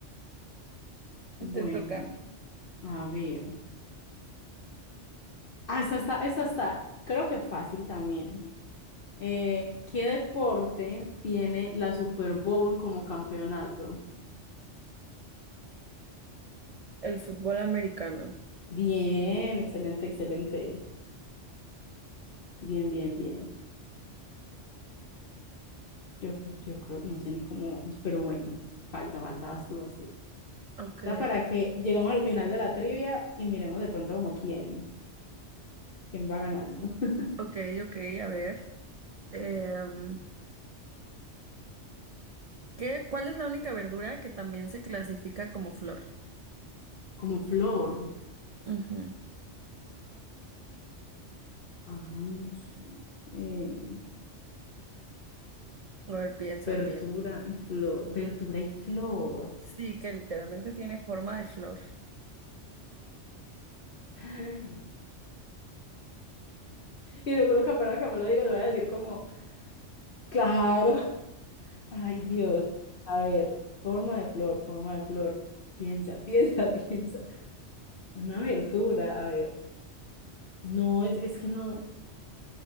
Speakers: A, on the left; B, on the right.
A: Bueno,
B: Te toca
A: a ver. Ah, esta está, esta está, creo que fácil también. Eh, ¿qué deporte tiene la Super Bowl como campeonato?
B: el fútbol americano.
A: Bien, excelente, excelente. Bien, bien, bien. Yo, cre- yo creo, no sé ni cómo vamos, pero bueno, falta, falta, vas tú, vas tú.
B: Ok,
A: Está para que lleguemos al final de la trivia y miremos de pronto como quién, quién va ganando. <laughs>
B: ok, ok, a ver. Em, ¿qué, cuál es la única verdura que también se clasifica como flor?
A: Como flor.
B: Ujú.
A: Ay, no sé. Eh,
B: A ver, piensa,
A: verdura
B: piensa.
A: y flor, verdura y flor.
B: Sí, que literalmente tiene forma de flor.
A: <sighs> <laughs> Y seguro que apenas que me lo digas voy a decir como, claro, <laughs> ay Dios, a ver, forma de flor, forma de flor, piensa, piensa, <laughs> piensa. Una verdura, a ver, no, es, es que no,